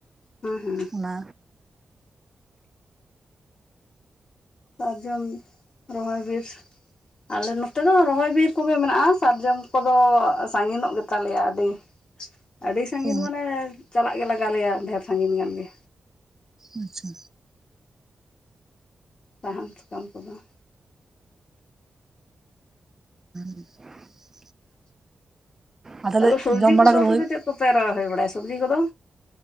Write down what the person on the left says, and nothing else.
ᱦᱮᱸ ᱦᱮᱸ
ᱥᱟᱨᱡᱚᱢ ᱨᱚᱦᱚᱭ ᱵᱤᱨ ᱟᱞᱮ ᱱᱚᱛᱮ ᱫᱚ ᱨᱚᱦᱚᱭ ᱵᱤᱨ ᱠᱚᱜᱮ ᱢᱮᱱᱟᱜ-ᱟ ᱥᱟᱨᱡᱚᱢ ᱠᱚᱫᱚ ᱥᱟᱹᱜᱤᱱᱚᱜ ᱜᱮᱛᱟᱞᱮᱭᱟ ᱟᱹᱰᱤ ᱟᱹᱰᱤ ᱥᱟᱹᱜᱤᱧ
ᱢᱟᱱᱮ ᱪᱟᱞᱟᱜ ᱜᱮ ᱞᱟᱜᱟᱣ ᱞᱮᱭᱟ ᱰᱷᱮᱨ ᱥᱟᱹᱜᱤᱧ ᱜᱟᱱ ᱜᱮ
ᱥᱟᱦᱟᱱ ᱥᱟᱠᱟᱢ ᱠᱚᱫᱚ <unintelligible>
ᱛᱟᱦᱞᱮ ᱥᱚᱵᱽᱡᱤ
ᱠᱚᱫᱚ ᱟᱯᱮ
ᱫᱚ ᱪᱮᱫ ᱠᱚᱯᱮ ᱨᱚᱦᱚᱦᱚᱭ ᱵᱟᱲᱟᱭᱟ ᱥᱚᱵᱽᱡᱤ ᱠᱚᱫᱚ